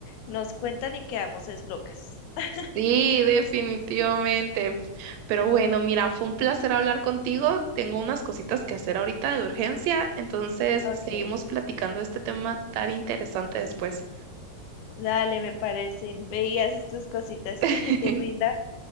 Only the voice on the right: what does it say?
Sí, definitivamente. Pero bueno, mira, fue un placer hablar contigo. Tengo unas cositas que hacer ahorita de urgencia, entonces
seguimos platicando de este tema tan interesante después.
<laughs>